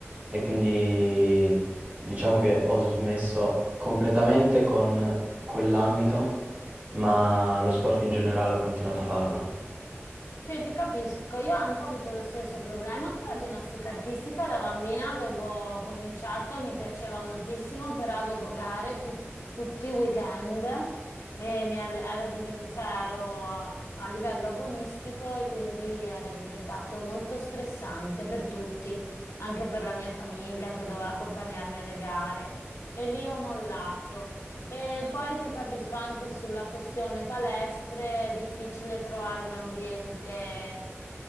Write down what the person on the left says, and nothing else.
Sì, ti capisco. Io anche ho avuto lo stesso problema con la ginnastica artistica. Da bambina avevo cominciato, mi piaceva moltissimo, però avevo gare tu- tutti i weekend e mi alle- ero, diven- cioè, ero a, a livello agonistico e quindi era diventato molto stressante per tutti, anche per la mia famiglia che doveva accompagnarmi alle gare. E lì ho mollato. E poi ti capisco anche sulla questione palestre, è difficile trovare un ambiente